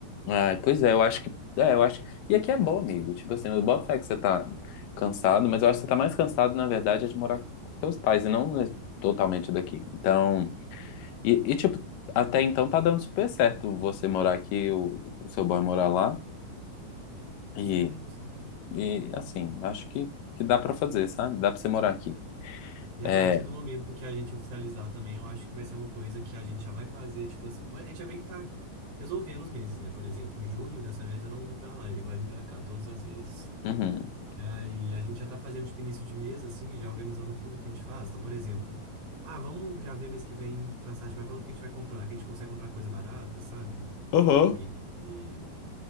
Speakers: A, on the left; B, on the right.
A: Ah, pois é, eu acho que, é, eu acho que, e aqui é bom, amigo, tipo assim, eu boto fé que você tá cansado, mas eu acho que você tá mais cansado, na verdade, é de morar com seus pais, e não né, totalmente daqui. Então, E, e, tipo, até então tá dando super certo você morar aqui, o, o seu boy morar lá. E,
B: Sim, sim.
A: e assim, acho que, que dá pra fazer, sabe? Dá pra você morar aqui.
B: E
A: É,
B: a partir do momento que a gente oficializar também, eu acho que vai ser uma coisa que a gente já vai fazer, tipo assim, pô, a gente já meio que tá resolvendo os meses, né? Por exemplo, junho, dessa vez eu não vou pra lá, ele vai vir pra cá todas as vezes.
A: uhum.
B: E aí a gente já tá fazendo tipo início de mês, assim, já organizando tudo que a gente faz. Então, por exemplo, ah, vamos já ver mês que vem passagem pra quando que a gente vai comprar, que a gente consegue comprar coisa barata, sabe?
A: Aham.
B: E, e-